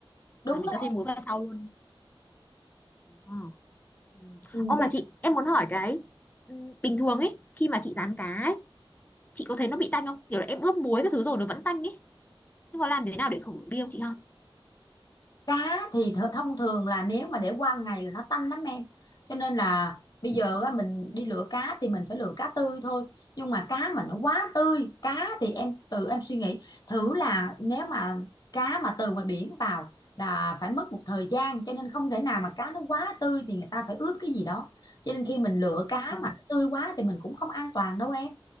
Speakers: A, on the left; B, on the left.
A: Đúng
B: là mình
A: đó.
B: cho thêm muối vào sau luôn Ờ, ừ.
A: Ừ,
B: ô mà
A: cho
B: chị em muốn hỏi cái ừ, bình thường ấy khi mà chị rán cá ấy chị có thấy nó bị tanh không kiểu là em ướp muối các thứ rồi nó vẫn tanh ấy nhưng mà làm thế nào để khử đi không chị ha
A: cá thì th thông thường là nếu mà để qua ngày là nó tanh lắm em cho nên là bây giờ á, mình đi lựa cá thì mình phải lựa cá tươi thôi nhưng mà cá mà nó quá tươi cá thì em tự em suy nghĩ thử là nếu mà cá mà từ ngoài biển vào là phải mất một thời gian cho nên không thể nào mà cá nó quá tươi thì người ta phải ướp cái gì đó cho nên khi mình lựa cá
B: vâng
A: mà nó tươi quá thì mình cũng không an toàn đâu em